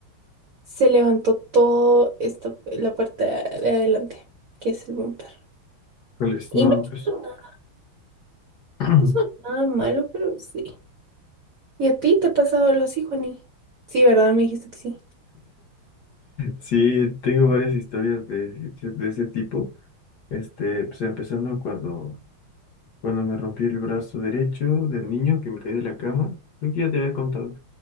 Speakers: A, on the right; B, on the left.
A: se levantó todo esta, la parte de adelante, que es el bumper.
B: ¿Cuál es?
A: Y
B: No,
A: no
B: pues.
A: pasó nada,
B: <clears throat>
A: no pasó nada malo, pero sí. ¿Y a ti te ha pasado algo así, Juani? Sí, ¿verdad? Me dijiste que sí.
B: Sí, tengo varias historias de, de ese tipo. Este, pues empezando cuando cuando me rompí el brazo derecho del niño que me caí de la cama. Creo que ya te había contado,